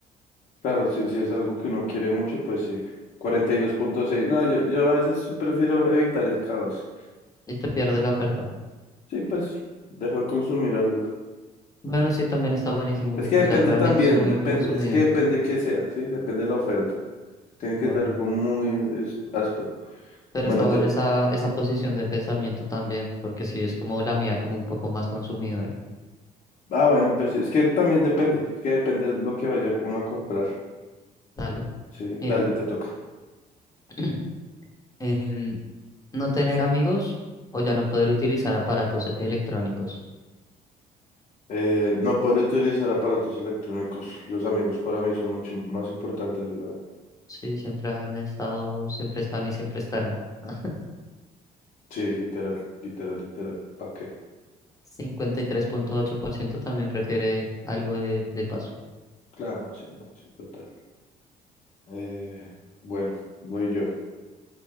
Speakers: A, on the left; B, on the left.
A: Claro, si, si es algo que uno quiere mucho, pues sí. cuarenta y dos punto seis No, yo, yo a veces sí prefiero evitar el caos.
B: Y te pierdes la oferta.
A: Sí, pues dejo de consumir algo.
B: Bueno, sí, también está buenísimo.
A: Es que
B: O
A: depende
B: sea, realmente
A: también,
B: soy muy
A: depende,
B: como sumido.
A: es que depende qué sea, ¿sí? Depende de la oferta. Tiene
B: Bueno,
A: que ser algo muy es- áspero.
B: pero
A: Bueno,
B: está buena
A: te
B: esa, esa posición de pensamiento también, porque sí, es como la mía, como un poco más consumidora.
A: Ah, bueno, pues sí, es que también depende, es que depende de lo que vaya uno a comprar.
B: Dale.
A: Sí,
B: Mira,
A: dale, te toca.
B: <clears throat> em, no tener amigos o ya no poder utilizar aparatos electrónicos.
A: Eh, no podré utilizar aparatos electrónicos. Los amigos para mí son mucho im- más importantes, weón.
B: Sí, siempre han estado, siempre están y siempre estarán. <laughs>
A: Sí, literal, literal, literal. ¿Para qué?
B: 53.8% también prefiere algo de, de paso.
A: Claro, sí, no, sí, total. Eh, bueno, voy yo.